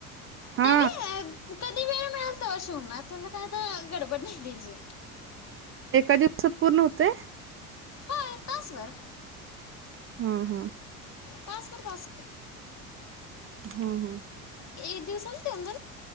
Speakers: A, on the right (about 30°); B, on the left (about 35°).
A: हा
B: ते व्हय, अं, कधी वेळ मिळल तवा शिवणार त्याल काय आता गडबड नाय त्याजी
A: एका दिवसात पूर्ण होतय.
B: होय तासभर
A: हा हा.
B: तासभर बास की.
A: हा हा.
B: एक दिवसला ते दोन